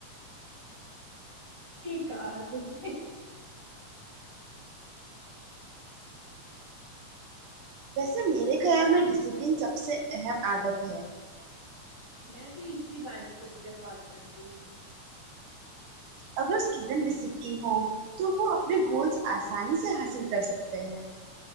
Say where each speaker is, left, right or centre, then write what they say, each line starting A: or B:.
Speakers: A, on the right; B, on the right.
A: ٹھیک ہے تم نے
B: ویسے میرے خیال میں ڈسپلن سب سے اہم عادت ہے
A: میں بھی اسی بات سے اتفاق کرتی ہوں
B: اگر اسٹوڈنٹ ڈسپلین ہو تو وہ اپنے گولز آسانی سے حاصل کرسکتے ہیں